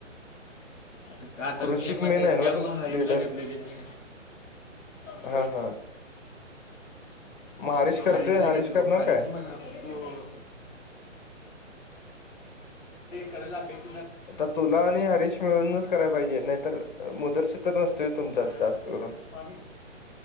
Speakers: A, in the centre; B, on the left (about 40°).
A: आता का आता
B: कृषिक
A: मी म
B: मेन
A: त्यामुळे
B: आहे ना तुम
A: हरीशला
B: लीडर
A: घेतले ते मी. होय.
B: हा-हा. हरीश करतोय
A: हरीशला घेतलो,
B: करणार
A: हरीश
B: काय
A: म्हणाला. हो करायला <unintelligible>
B: आता तुला आणि हरीश मिळूनच कराय पाहिजे नाहीतर मुद्दासिर तर नसतोय तुमच्या
A: हा
B: जास्त करून.
A: मग